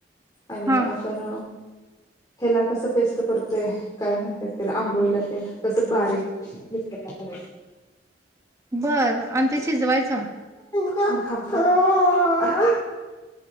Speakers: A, on the left; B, on the right.
A: आणि
B: हा
A: आपण... ह्याला कस पेस्ट करतोय काय म्हणते त्याला आंबोळीला तेन तस बारीक मिक्सरला करायच.
B: बर आणतीस. शिजवायचा.
A: <inaudible> हा